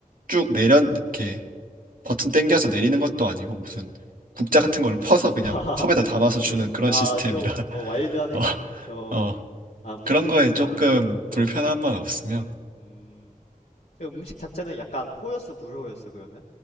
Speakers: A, on the right; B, on the left.
A: 쭉 내려 이렇게 버튼 당겨서 내리는 것도 아니고 무슨 국자 같은 걸 퍼서
B: <laughs>
A: 그냥
B: 아,
A: 컵에다 담아서 주는 그런
B: 아,
A: 시스템이라
B: 좀,
A: <laughs>
B: 어, 와일드하네?
A: 어,
B: 어,
A: 어
B: 아, 무슨
A: 그런
B: 느낌인지
A: 거에 조금
B: 알았고, 어.
A: 불편함만 없으면
B: 음, 근데 음식 자체는 약간 호였어, 불호였어, 그러면?